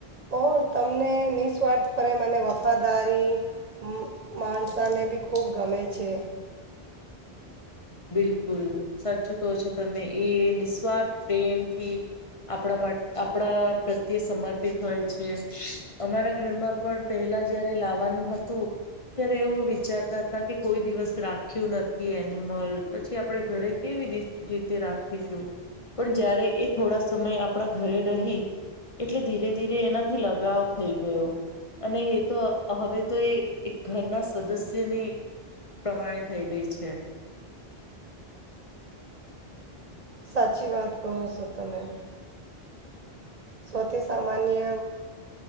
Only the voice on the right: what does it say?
ઓર તમને નિસ્વાર્થ પ્રેમ અને વફાદારી મ માણસાને બી ખૂબ ગમે છે.
સાચી વાત કહો છો તમે સૌથી સામાન્ય